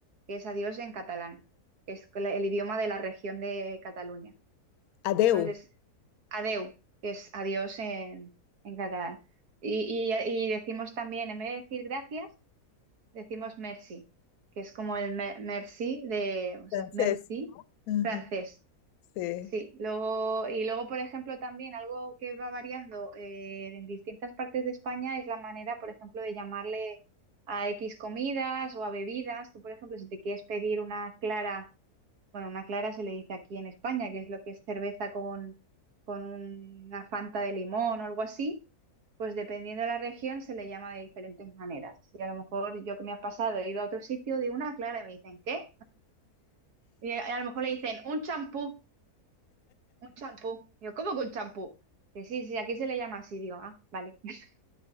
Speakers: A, on the right; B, on the left.
A: que es adiós en catalán, que es cl- el idioma de la región de Cataluña.
B: adeu,
A: Entonces, adeu, que es adiós en, en catalán. Y, y- y decimos también, en vez de decir gracias, decimos merci, que es como el me- merci de, o
B: francés.
A: sea, merci
B: Ujú,
A: francés.
B: Sí.
A: Sí, luego, y luego, por ejemplo, también algo que va variando eh, en distintas partes de España es la manera, por ejemplo, de llamarle a X comidas o a bebidas. Tú, por ejemplo, si te quieres pedir una clara, bueno, una clara se le dice aquí en España, que es lo que es cerveza con, con una fanta de limón o algo así, pues dependiendo de la región se le llama de diferentes maneras. Y a lo mejor yo que me ha pasado, he ido a otro sitio, digo una clara y me dicen, ¿qué? Y a a lo mejor le dicen un champú. Un champú. Yo, ¿cómo que un champú? Que sí, sí, aquí se le llama así, digo, ah, vale. <laughs>